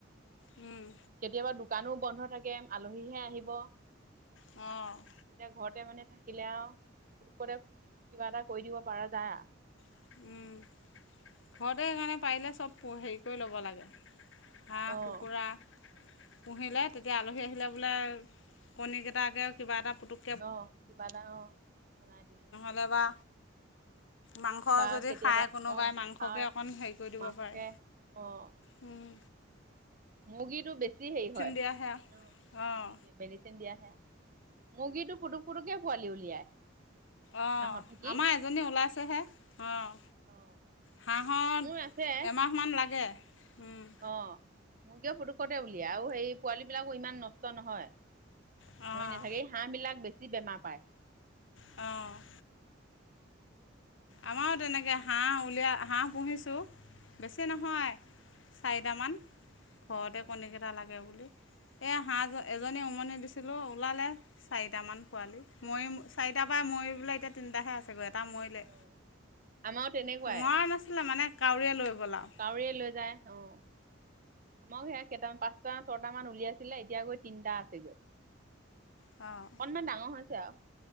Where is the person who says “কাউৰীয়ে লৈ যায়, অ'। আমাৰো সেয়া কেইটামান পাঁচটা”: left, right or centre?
Right